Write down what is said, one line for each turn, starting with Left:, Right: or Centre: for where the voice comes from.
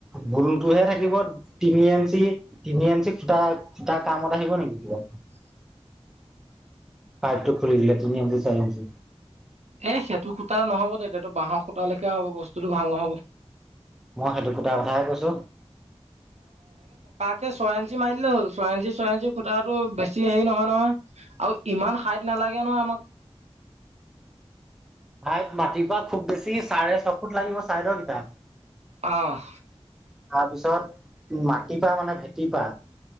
Centre: ভুলটোহে থাকিব তিনি এঞ্চি। তিনি এঞ্চি খুটা - খুটা কামত আহিব নেকি কিবা।
Right: <inaudible>
Centre: পাইপটো খুুলি দিলে তিনি এঞ্চি চাৰি এঞ্চি।
Right: এ সেইটো খুটা নহব তেতিয়াতো বাঁহৰ খুতা লেখীয়া হ'ব বস্তুটো ভাল নহ'ব।
Centre: মই সেইটো খুটা কথাহে কৈছো।
Right: এই ছয় এঞ্চি মাৰি দিলে হ'ল। ছয় এঞ্চি ছয় এঞ্চি খুটাটো টো বেছি হেৰি নহয় নহয় আৰু ইমান হাইট নালা লাগে নহয় আমাক।
Centre: হাইত মাতি পা খুব বেছি চাৰে ছ ফুট লাগিব চাইদৰ কিটা।
Right: অহ।
Centre: তাৰ পিছত মাটি পা মানে ভেটি পা।